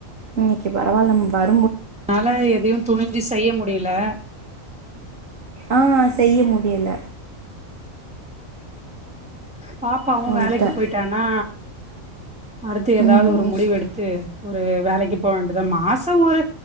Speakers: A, on the right; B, in the centre.
A: இன்னைக்கு பரவாயில்ல பாரு
B: என்னால எதையும் துணி்ஞ்சு செய்ய முடியலா
A: ஆ செய்ய முடில
B: பாப்பாவும்
A: வந்துட்டே
B: வேலைக்கு போயிட்டானா அடுத்து ஏதாவது
A: ம் ம்
B: ஒரு முடிவு
A: ஸ்-
B: எடுத்து ஒரு வேலக்கு போவேன்டி இது மாசம் ஒரு